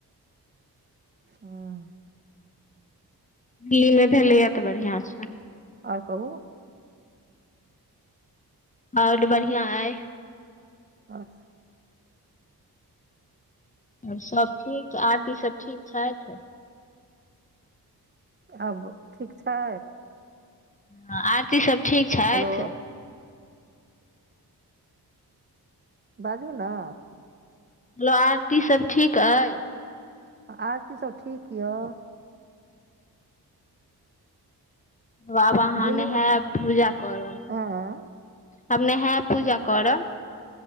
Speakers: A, on the right; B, on the left.
A: हँ
B: दिल्ली मे भेलैए त बढ़िआँ छै
A: आओर कहू
B: और बढ़िआं अइ
A: <inaudible>
B: ओर सब ठीक आर की सब ठीक छथि
A: आब ठीक छै
B: हाँ आरती सब ठीक छैथ
A: हेलो बाजू ने
B: लो आरती सब ठीक अई
A: आरती सभ ठीक यए
B: बाब अहाँ
A: दिल्लीमे
B: नहाब पूजा करब
A: आँय
B: आब नेहे पूजा करब